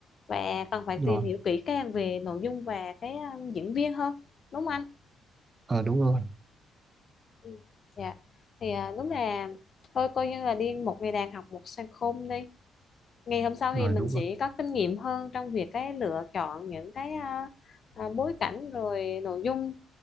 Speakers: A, on the left; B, on the right.
A: và cần phải tìm
B: rồi
A: hiểu kỹ càng về nội dung và cái à, diễn viên hơn, đúng không anh?
B: ờ đúng rồi
A: Ừ. Dạ. Thì à, đúng là thôi coi như là đi một ngày đàn học một sân khôn đi. Ngày hôm sau
B: rồi
A: thì mình
B: đúng
A: sẽ
B: rồi
A: có kinh nghiệm hơn trong việc cái lựa chọn những cái à, à, bối cảnh rồi nội dung